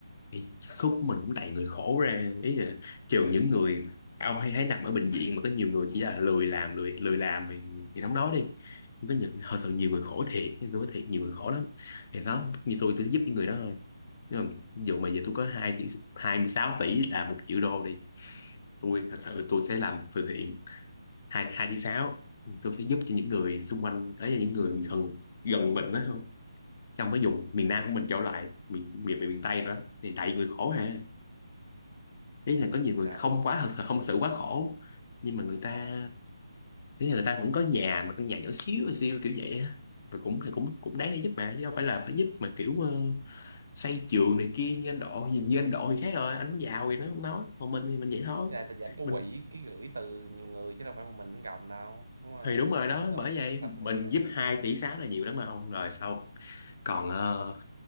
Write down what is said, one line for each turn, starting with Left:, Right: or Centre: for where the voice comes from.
Left: thì khúc của mình cũng đầy người khổ ra ý là trừ những người ông hay thấy nằm ở bệnh viện mà có nhiều người chỉ là lười làm lười lười làm thì, thì không nói đi Nhưng có những thật sự nhiều người khổ thiệt nên tôi nói thiệt nhiều người khổ lắm thì đó như tôi tôi giúp những người đó thôi nhưng mà ví dụ mà giờ tôi có hai tỷ hai mươi sáu tỷ là một triệu đô đi tôi thật sự tôi sẽ làm từ thiện hai hai tiếng sáu, tôi sẽ giúp cho những người xung quanh ấy là những người gần gần mình đó không trong cái vùng miền Nam của mình trở lại miền miền miền, Tây nữa thì tại vì người khổ ha ý là có nhiều người
Right: trời
Left: không quá thật sự không thật sự quá khổ nhưng mà người
Right: đúng
Left: ta
Right: rồi
Left: ý là người ta cũng có nhà mà căn nhà nhỏ xíu xíu kiểu vậy á rồi cũng thì cũng cũng đáng để giúp mà chứ đâu phải là phải giúp mà kiểu ờ, xây trường này kia như anh Độ nhìn như anh Độ thì khác rồi anh giàu thì nó không nói còn mình thì mình vậy thôi
Right: cái này là dẫn có
Left: mình
Right: quỹ ký gửi từ nhiều người chứ đâu phải một mình nó gồng đâu đúng không
Left: thì đúng rồi đó
Right: tức là
Left: bởi
Right: mình
Left: vậy
Right: thật là
Left: mình
Right: như vậy
Left: giúp 2 tỷ 6 là nhiều lắm mà ông rồi sau còn uh,